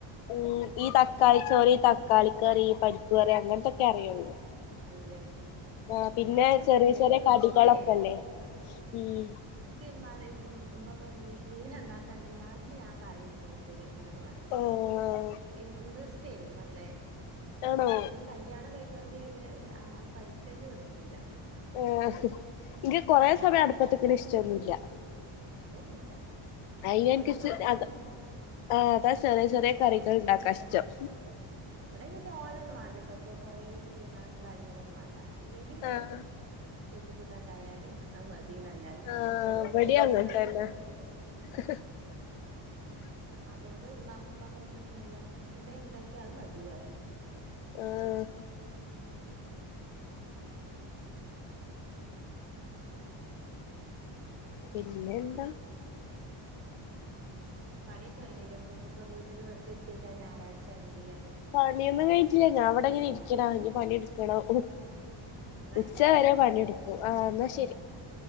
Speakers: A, on the left; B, on the right.
A: ഉം ഈ തക്കാളിചോലി, തക്കാളി കറി, പരിപ്പ് കറി, അങ്ങൻത്തൊക്കെ അറിയുള്ളൂ.
B: ല്ലെ
A: ആഹ് പിന്നെ
B: ഞാനും അങ്ങനെന്നെ
A: ചെറിയ ചെറിയ
B: ഇൻക്ക്
A: കടികളൊക്കെല്ലേ
B: ഇഷ്ടേനി ആഹ്
A: ഉം
B: ഇൻക്ക് ഇമ്മാനെ ഇമ്മക്കെ മീ മീൻ നന്നാക്കാണെങ്കി ഞാൻന്ന് ഞാൻകറി വെച്ചോണ്ട് അങ്ങനെയൊക്കെ പറിം.
A: ആഹ്
B: ഇൻട്രസ്റ്റെനി പണ്ടേ
A: ആണോ
B: അതൊണ്ട് കല്യാണം കഴിഞ്ഞൊണ്ട് പിന്നെ ല്ല പഠിക്കേണ്ടി വന്ന്ട്ടില്ല.
A: ഏ ഇൻക് കൊറെ സമയം അടുപ്പത്ത്ക്ണ ഇഷ്ട്ടൊന്നുല്ല
B: ആഹ് അതൊന്നുല്ല പക്ഷെ
A: അയ്ല്ൻകിശ്
B: ഒരു സാധനംട്ടാ
A: അത്
B: ഉം
A: ആ അതാചെറിയ ചെറിയ
B: എന്താ
A: കറികൾ ഇണ്ടാക്കഷ്ടം.
B: ഉം ഇവടെയ്ന് തോനന്നും മാണ്ടട്ടോ ഇപ്പ കൊറേ കൂട്ടാനും കാര്യങ്ങളും ഒന്നും വേണ്ടാ ന്തെങ്കിലും ഒന്ന്
A: ആഹ്
B: ച്ചോറ്റ്ക്കൂട്ടാണ്ടായാല് ആഹ് മതിന്നാ എല്ലാർകുട്ടൊ
A: ആഹ്
B: അതോടെ
A: ഇവടിം
B: പ്രശ്നല്ല
A: അങ്ങൻ തന്നെ <inaudible>
B: അതോണ്ട് മ്മാക്കും ഉപ്പക്കൊന്നും പ്രശ്നല്ല എന്തേം ഇണ്ടാക്കിയാ അത് മതി പറിം
A: ആഹ
B: ഉം പിന്നെന്താ
A: പിന്നെ ന്താ
B: ഉം പണികയ്ഞ്ഞിലെ ഇപ്പ ഇനിയിപ്പം വീട്ടില് വെറുതെര്ത്തിയേക്കാ ഞായറാഴ്ചയോണ്ട്ല്ലേ
A: പണിയൊന്നും കയിഞ്ഞിട്ടില്ല ഞാ വെടെ ങ്ങനെ ഇരിക്കണാ ഇഞ് പണിടു ക്കെണോ ഉ
B: ഉം എന്നാ ആയിക്കോട്ടെട്ടോ
A: ഉച്ച വരെ പണിട്ക്കും ആഹ്
B: ആ
A: ന്നാ
B: പിന്നെ
A: ശരി.
B: വിളിക്കാ